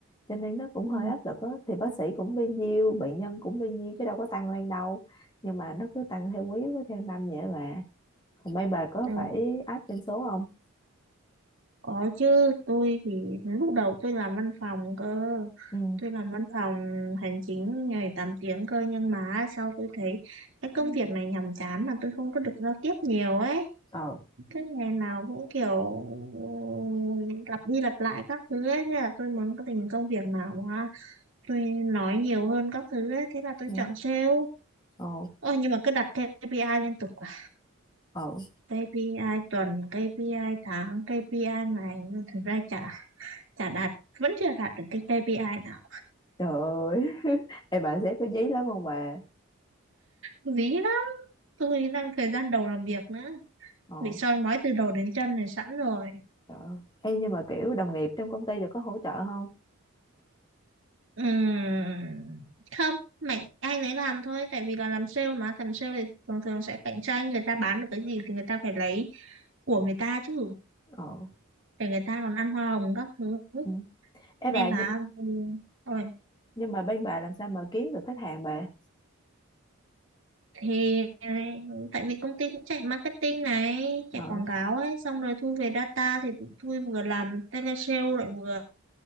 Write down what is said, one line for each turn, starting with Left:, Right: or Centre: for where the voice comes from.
Left: cho nên nó cũng
Right: ừ,
Left: hơi áp lực á thì bác sĩ cũng bấy nhiêu bệnh nhân cũng bấy nhiêu chứ đâu có tăng lên đâu nhưng mà nó cứ tăng theo quý với theo năm vậy bà còn mấy bà có
Right: ừ.
Left: phải áp doanh số không
Right: Có chứ, tôi thì lúc đầu tôi làm văn phòng cơ.
Left: ừ
Right: Tôi làm văn phòng hành chính ngày 8 tiếng cơ, nhưng mà sau tôi thấy cái công việc này nhàm chán mà tôi không có được giao tiếp nhiều ấy.
Left: ờ
Right: Cái ngày nào cũng kiểu ừ, lặp đi lặp lại các thứ ấy, thế là tôi muốn có tình công việc nào mà tôi nói nhiều hơn các thứ ấy, thế là tôi
Left: ừ
Right: chọn sale
Left: ờ,
Right: Ôi, nhưng mà cứ đặt KPI liên tục quá
Left: ồ
Right: KPI tuần KPI tháng KPI ngày nhưng thực ra chả chả đạt vẫn chưa đạt được cái KPI nào
Left: trời ơi <laughs> em bà sếp có dí lắm không bà
Right: dí lắm tôi đang thời gian đầu làm việc nữa
Left: Ờ,
Right: bị soi mói từ đầu đến chân này sẵn rồi
Left: trời ơi. Ê, nhưng mà kiểu đồng nghiệp trong công ty rồi có hỗ trợ không
Right: Ừm, không mạnh ai nấy làm thôi tại vì là làm sale mà làm sale thì thường thường sẽ cạnh tranh người ta bán được cái gì thì người ta phải lấy của người ta chứ
Left: Ờ,
Right: để người ta còn ăn hoa hồng các thứ
Left: ừ. Ê
Right: nên
Left: bà
Right: là ừ, rồi
Left: nhưng mà bên bà làm sao mà kiếm được khách hàng bà
Right: thì ừ, tại vì công ty cũng chạy marketing này chạy
Left: ờ
Right: quảng cáo ấy xong rồi thu về data thì tụi tôi vừa làm telesale lại vừa